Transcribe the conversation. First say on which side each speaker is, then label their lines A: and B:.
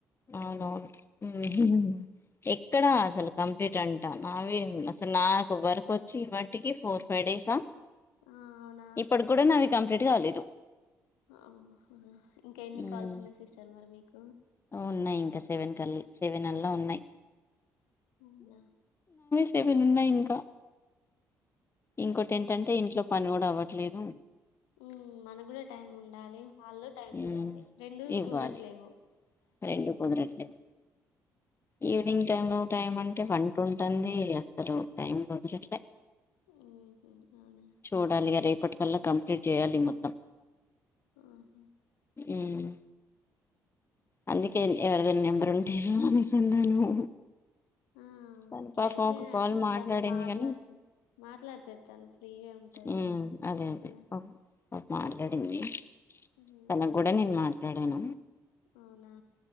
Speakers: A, on the left (about 30°); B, on the left (about 75°).
A: అవునవును ఉమ్ ఎక్కడా అసలు కంప్లీట్ అంటా నావి అసలు నాకు వర్క్ వచ్చి ఇప్పటికి ఫోర్ ఫైవ్ డేసా
B: ఆ అవునా
A: ఇప్పడి గూడా నాది కంప్లీట్ కాలేదు.
B: అ ఇంకా ఎన్ని
A: ఉమ్
B: కాల్స్ ఉన్నాయి సిస్టర్ మరి మీకు
A: ఉన్నాయి ఇంకా సెవెన్ కల్ళ సెవెన్ అల్లా ఉన్నాయి
B: ఉవునా
A: వలు ఉన్నాయి ఇంకా ఇంకోొటి ఏంటంటే ఇంట్లో పని కూడా అవ్వట్లేదు
B: ఉ మన కూడా టైం ఉండాలి వాళ్ళు టైం
A: ఉమ్
B: ఇయ్యాలి రెండు
A: ఇవ్వాలి
B: కూరట్లేవు
A: రెండు కుదరట్లేదు ఈవినింగ్ టై లో టైం అంటే వంటంది అంది అసలు టైం కుదరట్లేదు
B: ఉహు అవునా
A: చూడాలిగా రేపు రెపటికల్లా కంప్లీట్ చేయాలి మొత్తం
B: ఆహా
A: ఉమ్ అందుకే ఎవరి దైనా నెంబర్ ఉంటేను అనేసి అన్నాను
B: ఆ
A: తను
B: ట్రై
A: పాపం
B: చేయండి
A: ఒక కాల్ మాట్లాడింది
B: తను మాట్లాడితే
A: కాని
B: మాట్లాడుతాది తను ఫ్రీగా ఉంటది
A: ఉమ్ అదే
B: చెప్పిన
A: అదే మాట్లాడింది
B: ఉమ్,
A: తనకు కూడా నేను మాట్లాడాను
B: అవునా